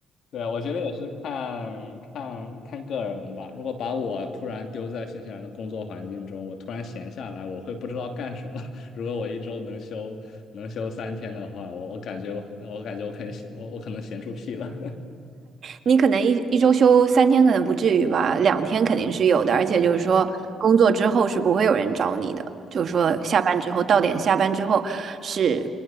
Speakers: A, on the left; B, on the right.
A: 对啊，我觉得也是看看看个人吧。如果把我突然丢在新西兰的工作环境中，我突然闲下来，我会不知道干什么。<laughs> 如果我一周能休能休三天的话，我我感觉我感觉我可能我我可能闲出屁了 <laughs>
B: 你可能一一周休三天，可能不至于吧，两天肯定是有的。而且就是说，
A: 两天。
B: 工作之后是不会有人找你的，就是说下班之后到点下班之后是